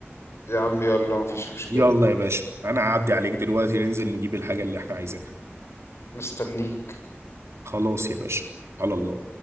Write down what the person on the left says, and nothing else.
يا عم يلا مفيش مشكلة
مستنيك